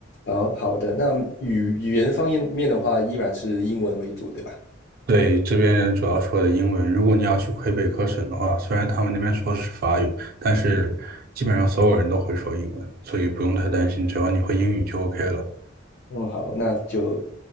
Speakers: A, on the left; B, on the right.
A: 好，好的，那语语言方面面的话，依然是英文为主，对吧？
B: 对，这边人主要说的英文。如果你要去魁北克省的话，虽然他们那边说的是法语，但是基本上所有人都会说英文，所以不用太担心，只要你会英语就 OK 了。
A: 嗯，好，那就